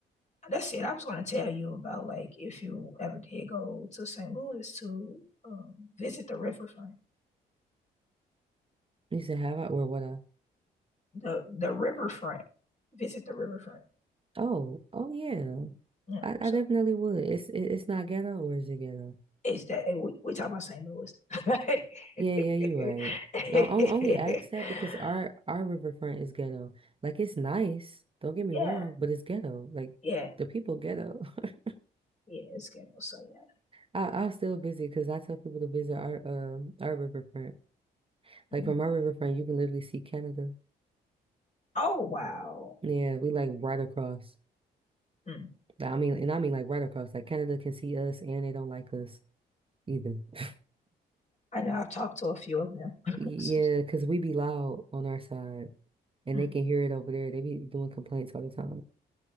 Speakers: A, on the left; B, on the right.
A: That's it. I was gonna tell you about like if you ever did go to St. Louis to um, visit the riverfront,
B: You said have I or what I?
A: the the riverfront, visit the riverfront.
B: Oh, oh yeah.
A: Yeah,
B: I,
A: so.
B: I definitely would. It's it, it's not ghetto or is it ghetto?
A: It's that hey, we we talk about St. Louis. <laughs>
B: Yeah, yeah, you're right. No, I on- only ask that because our our riverfront is ghetto. Like it's nice, don't get me
A: Yeah,
B: wrong, but it's ghetto. Like
A: yeah, yeah.
B: the people ghetto. <laughs>
A: It's ghetto. So yeah.
B: I I'll still visit because I tell people to visit our um our riverfront.
A: Mm.
B: Like from our riverfront, you can literally see Canada.
A: Oh wow.
B: Yeah, we like right across.
A: Mm.
B: I mean, and I mean like right across. Like Canada can see us, and they don't like us either. <laughs>
A: I know I've talked to a few of them. <laughs>
B: Yeah,
A: So,
B: because we be loud on our side, and
A: mm,
B: they can hear it over there. They be doing complaints all the time.